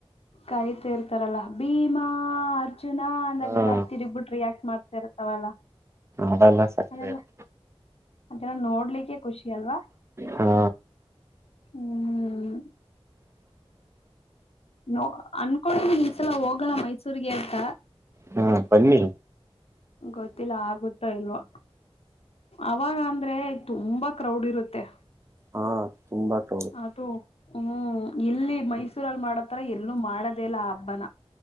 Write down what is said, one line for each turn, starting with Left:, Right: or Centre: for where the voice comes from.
Left: ಕರಿತಾ ಇರ್ತಾರಲ್ಲ ಭೀಮಾ ಅರ್ಜುನ ಅಂದಾಗೆಲ್ಲ
Right: ಹಾ
Left: ತಿರ್ಗ್ಬಿಟ್ಟ ರಿಯಾಕ್ಟ್ ಮಾಡ್ತಾ ಇರ್ತವಲ್ಲ
Right: ಅವೆಲ್ಲ ಸಕ್ಕರೆ
Left: ಅದೆ
Right: ಇರುತ್ತೆ
Left: ಅನ ನೋಡ್ಲಿಕ್ಕೆ ಖುಷಿ ಅಲ್ವಾ.
Right: ಹಾ
Left: ಹ್ಮ್. ನೋ ಅನ್ಕೊಂಡಿದಿನಿ ಈ ಸಲ ಹೋಗೋಣ ಮೈಸೂರಿಗೆ ಅಂತ.
Right: ಹ್ಮ ಬನ್ನಿ.
Left: ಗೊತ್ತಿಲ್ಲ ಆಗುತ್ತೋ ಇಲ್ವೋ ಅವಾಗ ಅಂದ್ರೆ ತುಂಬಾ ಕ್ರೌಡ್ ಇರುತ್ತೆ.
Right: ಹಾ ತುಂಬಾ ಕ್ರೌಡ್
Left: ಅದು ಹ್ಮ್. ಇಲ್ಲಿ ಮೈಸೂರಲ್ಲಿ ಮಾಡತ್ತರ ಎಲ್ಲೂ ಮಾಡದೇ ಇಲ್ಲ ಆ ಹಬ್ಬನ.